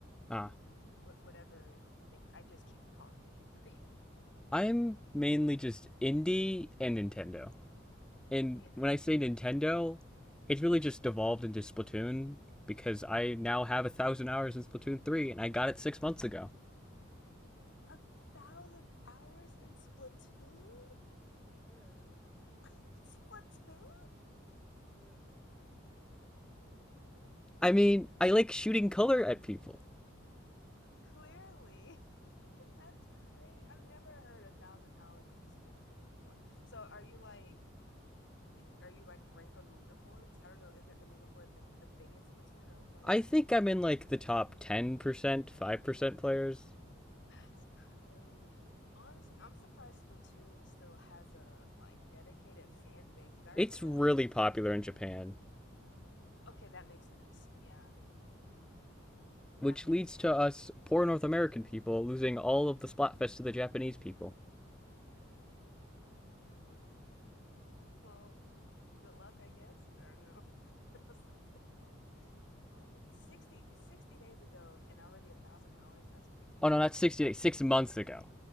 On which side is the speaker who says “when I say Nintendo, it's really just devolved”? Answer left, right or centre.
Centre